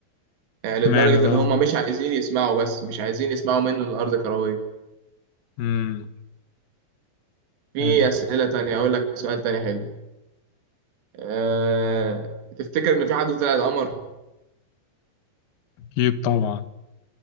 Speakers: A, on the right; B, on the left.
A: آه، لدرجة
B: اشمعنى بقى
A: ان هم مش عايزين يسمعوا بس مش عايزين يسمعوا منه ان الارض كروية
B: مم.
A: في
B: حلو.
A: اسئلة تانية اقول لك سؤال تاني حلو أه... تفتكر ان في حد طلع القمر
B: أكيد طبعا